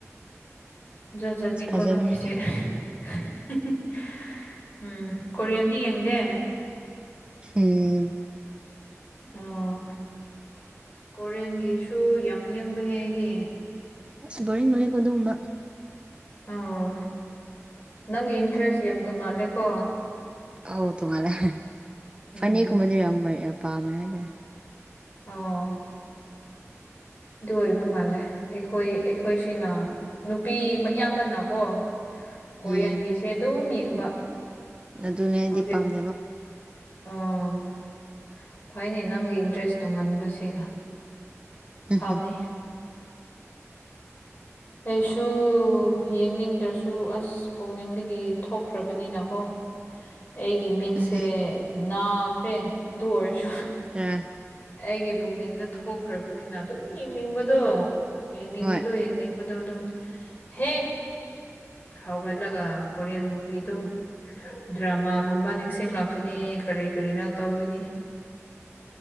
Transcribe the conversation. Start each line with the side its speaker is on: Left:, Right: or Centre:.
Left: ꯖꯖꯅꯤꯀꯣ
Right: ꯑꯁ ꯐꯖꯕꯅꯤ
Left: ꯅꯪꯒꯤꯁꯦ <unintelligible> ꯎꯝ ꯀꯣꯔꯤꯌꯟꯗꯤ ꯌꯦꯡꯗꯦ
Right: ꯎꯝ
Left: ꯑꯣ ꯀꯣꯔꯤꯌꯟꯒꯤꯁꯨ ꯌꯥꯝ ꯌꯦꯡꯕꯅꯦ ꯑꯩꯗꯤ
Right: ꯑꯁ ꯕꯣꯔꯤꯡ ꯑꯣꯏ ꯀꯣ ꯑꯗꯨꯒꯨꯝꯕ
Left: ꯑꯣ ꯅꯪꯒꯤ ꯏꯟꯇ꯭ꯔꯦꯁꯁꯤ ꯌꯥꯝ ꯇꯣꯡꯉꯥꯜꯂꯦꯀꯣ
Right: ꯑꯥꯎ ꯇꯣꯉꯂꯦ
Left: ꯎꯝ
Right: ꯐꯅꯤ ꯀꯨꯝꯕꯗꯤ ꯌꯥꯝ ꯄꯥꯃꯦ <unintelligible>
Left: ꯑꯣ ꯑꯗꯨ ꯑꯣꯏꯕ ꯃꯥꯜꯂꯦ ꯑꯩꯈꯣꯏ ꯑꯩꯈꯣꯏꯁꯤꯅ ꯅꯨꯄꯤ ꯃꯌꯥꯝꯕꯅꯀꯣ ꯀꯣꯔꯤꯌꯥꯟꯒꯤꯁꯦ
Right: ꯎꯝ
Left: ꯑꯗꯨꯝ ꯌꯦꯡꯕ
Right: ꯑꯗꯨꯅꯦ ꯑꯩꯗꯤ
Left: ꯍꯧꯖꯤꯛ
Right: ꯄꯥꯝꯖꯕ
Left: ꯑꯣ ꯐꯩꯅꯦ ꯅꯪꯒꯤ ꯏꯟꯇ꯭ꯔꯦꯁ ꯇꯨꯝꯒꯟꯕꯁꯤꯒ
Right: ꯎꯝ
Left: ꯐꯕꯅꯤ ꯑꯩꯁꯨ ꯌꯦꯡꯅꯤꯡꯗ꯭ꯔꯁꯨ ꯑꯁ ꯄꯨꯛꯅꯤꯡꯗꯒꯤ ꯊꯣꯛꯈ꯭ꯔꯕꯅꯤꯅꯀꯣ ꯑꯩꯒꯤ ꯃꯤꯠꯁꯦ
Right: ꯎꯝ
Left: ꯅꯥꯈ꯭ꯔꯦ ꯑꯗꯨ ꯑꯣꯏꯔꯁꯨ
Right: ꯔ
Left: ꯑꯩꯒꯤ ꯄꯨꯛꯅꯤꯡꯗ ꯊꯣꯛꯈ꯭ꯔꯕꯅꯤꯅ ꯑꯗꯨꯝ ꯌꯦꯡꯅꯤꯡꯕꯗꯣ ꯌꯦꯡꯅꯤꯡꯕꯗꯣ
Right: ꯍꯣꯏ
Left: ꯌꯦꯡꯅꯤꯡꯕꯗꯣ ꯑꯗꯨꯝ ꯍꯦꯛ ꯍꯧꯒꯠꯂꯒ ꯀꯣꯔꯤꯌꯟ ꯃꯨꯚꯤꯗꯨ ꯗ꯭ꯔꯃꯥꯒꯨꯝꯕ ꯅꯤꯡꯁꯤꯡꯂꯛꯀꯅꯤ ꯀꯔꯤ ꯀꯔꯤꯅꯣ ꯇꯧꯒꯅꯤ